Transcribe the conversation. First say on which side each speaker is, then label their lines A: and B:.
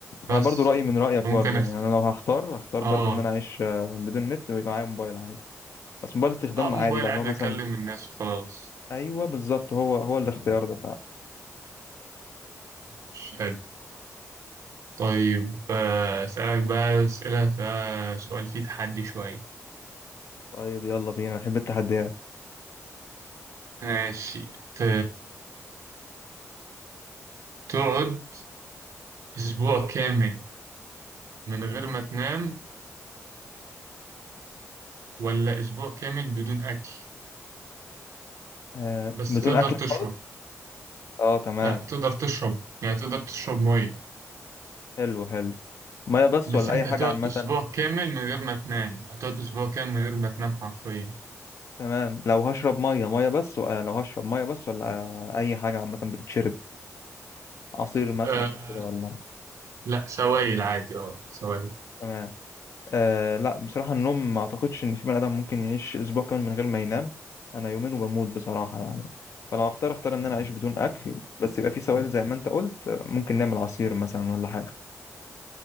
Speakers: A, on the right; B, on the left.
A: بس
B: انا برضو رأيي من رأيك
A: ممكن
B: برضو
A: أخ...
B: يعني انا لو هختار هختار
A: اه
B: برضو ان انا اعيش آه، بدون نت ويبقى معايا موبايل عادي بس موبايل استخدام
A: اه موبايل
B: عادي بقى
A: عادي
B: اللي هو مثلا
A: اكلم الناس وخلاص
B: ايوه بالظبط هو هو الاختيار ده
A: مش طيب آه، أسألك بقى أسئلة فيها سؤال فيه تحدي شوية
B: طيب يلا بينا أنا بحب التحديات
A: ماشي ت... تقعد أسبوع كامل من غير ما تنام ولا أسبوع كامل بدون أكل
B: آه
A: بس
B: بدون
A: تقدر
B: اكل
A: تشرب
B: خالص اه تمام
A: لا تقدر تشرب يعني تقدر تشرب مية
B: حلو حلو ميه بس
A: بس
B: ولا
A: أنت
B: اي حاجه
A: هتقعد
B: عامه
A: أسبوع كامل من غير ما تنام هتقعد أسبوع كامل من غير ما تنام حرفيا
B: تمام لو هشرب ميه ميه بس ولا لو هشرب ميه بس ولا آه اي حاجه عامه بتتشرب عصير مثلا
A: أه...
B: وكده ولا
A: لا سوائل عادي اه سوائل
B: تمام آه لا بصراحه النوم ما اعتقدش ان في بني ادم ممكن يعيش اسبوع كامل من غير ما ينام انا يومين وبموت بصراحه يعني فلو اختار اختار ان انا اعيش بدون اكل بس يبقى في سوائل زي ما انت قلت آه، ممكن نعمل عصير مثلا ولا حاجه